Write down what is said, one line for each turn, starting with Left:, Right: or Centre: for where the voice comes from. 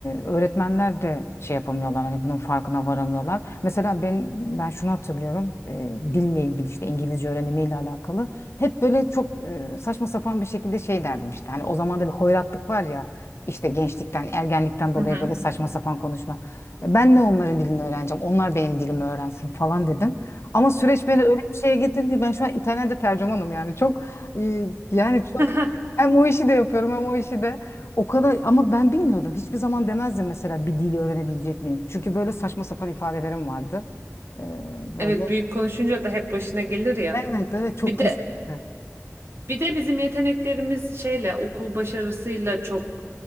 Left: öğretmenler de şey yapamıyorlar. Hani bunun farkına varamıyorlar. Mesela ben ben şunu hatırlıyorum. e, dille ilgili işte İngilizce öğrenimiyle alakalı. Hep böyle çok e, saçma sapan bir şekilde şey derdim işte. Hani o zaman da bir hoyratlık var ya. işte gençlikten, ergenlikten dolayı
Right: Hı hı.
Left: böyle saçma sapan konuşma. E, Ben ne onların dilini öğreneceğim, onlar benim dilimi öğrensin falan dedim. Ama süreç beni öyle bir şeye getirdi ki ben şu an İtalyanca tercümanım yani. Çok e, yani çok
Right: <laughs>
Left: hem o işi de yapıyorum hem o işi de. O kadar ama ben bilmiyordum. Hiçbir zaman demezdim mesela bir dili öğrenebilecek miyim? Çünkü böyle saçma sapan ifadelerim vardı. E, böyle.
Right: Evet, büyük konuşunca da hep başına gelir ya.
Left: Evet evet çok
Right: Bir
Left: kesinlikle.
Right: de Bir de bizim yeteneklerimiz şeyle okul başarısıyla çok